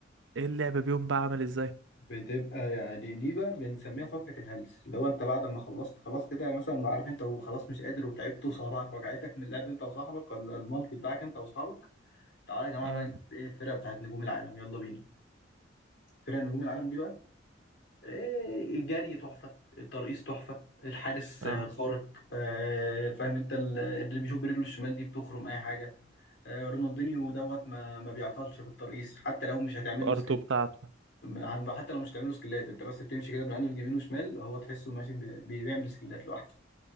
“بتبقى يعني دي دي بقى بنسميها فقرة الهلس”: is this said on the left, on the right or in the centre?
Left